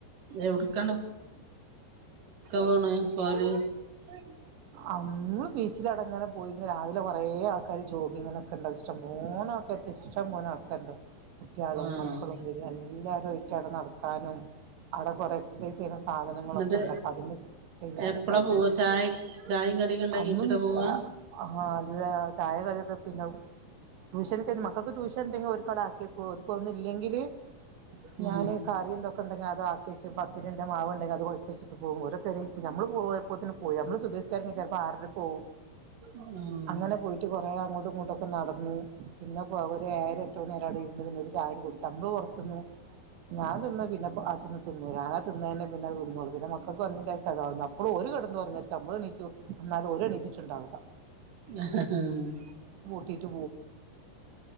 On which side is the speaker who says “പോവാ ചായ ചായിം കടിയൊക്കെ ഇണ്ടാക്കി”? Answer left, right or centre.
Right